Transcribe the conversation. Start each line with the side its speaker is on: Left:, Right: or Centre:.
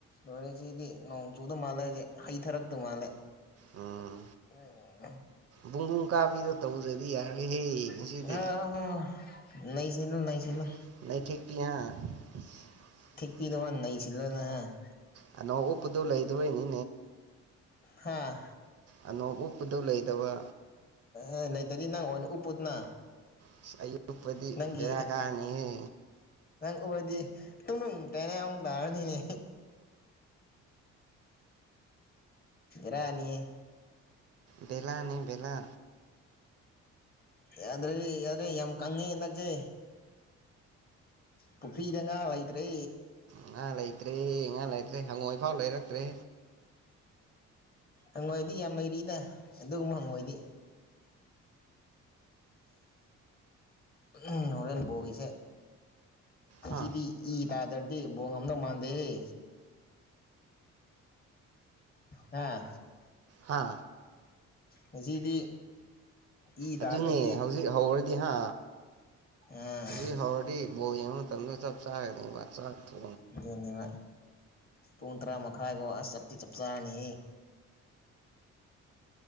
Left: ꯂꯣꯏꯔꯦꯁꯤꯗꯤ ꯅꯣꯡ ꯆꯨꯗ ꯃꯥꯜꯂꯦꯁꯦ ꯍꯩꯊꯔꯛꯇ ꯃꯥꯜꯂꯦ
Right: ꯎꯝ
Left: ꯎꯝ
Right: ꯕꯨꯡꯕꯨꯡ ꯀꯥꯕꯤꯗꯣ ꯇꯧꯖꯗꯤ ꯌꯥꯔꯣꯏꯍꯦ
Left: <unintelligible>
Right: ꯉꯁꯤꯗꯤ
Left: ꯅꯩꯁꯩꯟꯂꯣ
Right: <unintelligible>
Left: ꯄꯤꯗꯥꯟ ꯂꯩꯁꯤꯅꯍ
Right: ꯨꯑꯅꯣꯞ ꯎꯞꯗꯣ ꯂꯩꯗꯅꯤ
Left: ꯍꯥꯥ
Right: ꯑꯥꯅꯣꯡ ꯎꯞꯄꯨꯗꯧ ꯂꯩꯇꯕ
Left: ꯑꯦ ꯂꯩꯇꯗꯤ ꯅꯪ ꯑꯣꯏꯅ ꯎꯞꯄꯨꯗꯅ
Right: ꯑꯁ ꯑꯩ ꯎꯞꯄꯗꯤ
Left: ꯅꯪꯒꯤ
Right: ꯕꯦꯔꯥ ꯀꯥꯅꯤꯍꯦ
Left: ꯑꯣꯏꯗꯤ ꯇꯨꯡꯅꯨꯡ ꯇꯥꯏꯅ ꯌꯥꯝ ꯇꯥꯅꯤꯅꯦ ꯔꯥꯅꯤꯌꯦ
Right: ꯕꯂꯥꯅꯤ ꯕꯦꯂꯥ
Left: ꯌꯥꯗ꯭ꯔꯦ ꯌꯥꯗ꯭ꯔꯦ ꯌꯥꯝ ꯀꯪꯉꯦ ꯍꯟꯗꯛꯁꯦ ꯄꯨꯐꯔꯤꯗ ꯉꯥ ꯂꯩꯇ꯭ꯔꯦ
Right: ꯉꯥ ꯂꯩꯇ꯭ꯔꯦ ꯉꯥ ꯂꯩꯇ꯭ꯔꯦ ꯍꯪꯉꯣꯏ ꯐꯥꯎ ꯂꯩꯔꯛꯇ꯭ꯔꯦ
Left: ꯍꯪꯉꯣꯏꯗꯤ ꯌꯥꯝ ꯂꯩꯔꯤꯗ ꯑꯗꯨꯒꯨꯝꯕ ꯍꯪꯉꯣꯏꯗꯤ ꯅꯣꯔꯦꯟ ꯍꯣꯔꯦꯟ ꯕꯣꯜꯒꯤꯁꯦ
Right: ꯍꯥ
Left: ꯁꯤꯗꯤ ꯏ ꯇꯔꯗꯥꯗꯤ ꯗꯤ ꯕꯣꯡ ꯉꯝꯗꯧ ꯃꯥꯟꯗꯦꯍꯦ ꯑꯥ
Right: ꯍꯥ
Left: ꯉꯁꯤꯗꯤ ꯏ ꯇꯥꯗ꯭ꯔꯗꯤ
Right: ꯑꯗꯨꯅꯦ ꯍꯧꯖꯤꯛ ꯍꯧꯔꯗꯤ ꯍꯥ
Left: ꯑꯥ
Right: ꯍꯧꯖꯤꯛ ꯍꯧꯔꯗꯤ ꯕꯣ ꯌꯦꯡꯕ ꯃꯇꯝꯗ ꯆꯞ ꯆꯥꯒꯅꯤ ꯋꯥ ꯁꯥꯠꯇꯣ
Left: ꯑꯗꯨ ꯄꯨꯡ ꯇꯔꯥ ꯃꯈꯥꯏꯒꯣ ꯑꯁ ꯆꯞꯇꯤ ꯆꯞ ꯆꯔꯅꯤ